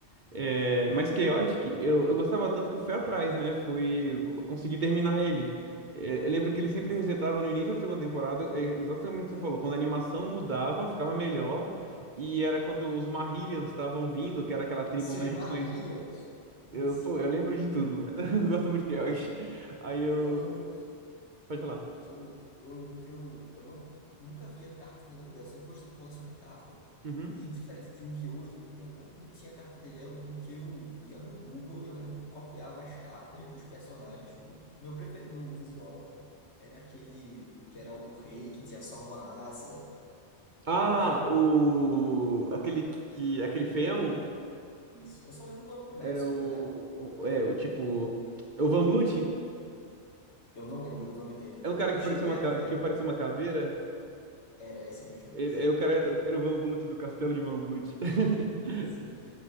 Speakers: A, on the right; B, on the left.
A: É, mas Chaotic, eu, eu gostava tanto que eu fui atrás, né? Fui co- consegui terminar ele. É, eu lembro que ele sempre resetava no início da segunda temporada, é, exatamente o que você falou, quando a animação mudava, ficava melhor, e era quando os Marillions estavam vindo, que era aquela tribo
B: isso,
A: mais
B: esbarrilhas!
A: desconhecida.
B: Isso.
A: Eu, pô, eu lembro de tudo, mano. <laughs> Eu gosto muito de Kelg. Aí
B: Eu,
A: eu.
B: eu lembro que
A: Pode falar.
B: que eu, eu lembro que eu, eu não, nunca via carta em nenhum lugar. Eu sempre gostei de colecionar carta.
A: Uhum.
B: E diferente de Yu-Gi-Oh!, de Pokémon, não tinha carta dele. Aí Eu lembro que eu ia no Google e eu lembro que eu copiava as cartas dos personagens. O meu preferido visual era aquele que era o rei, que tinha só uma asa.
A: Ah,
B: É, Eu achava
A: o.
B: muito legal
A: Aquele que. Aquele feião
B: isso. Eu só lembro do nome do Maxwell,
A: era o.
B: na real.
A: o- é, o tipo. é O Van Blut?
B: Eu não lembro do nome dele.
A: É um cara
B: Eu
A: que
B: cheguei
A: parecia uma,
B: a
A: ca-
B: ver,
A: que parecia uma caveira.
B: era esse mesmo.
A: Ele, é o cara, era o Van Blut do Castelo de Van Blut. <laughs>
B: Sim.